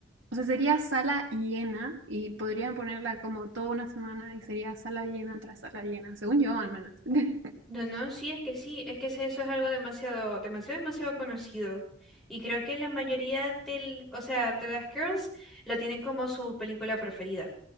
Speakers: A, on the right; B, in the centre.
A: O sea, sería sala llena y podrían ponerla como toda una semana y sería sala llena tras sala llena, según yo al menos. <laughs>
B: No, no, sí, es que sí, es que eso es algo demasiado, demasiado, demasiado conocido. Y creo que la mayoría del, o sea, de las girls lo tienen como su película preferida.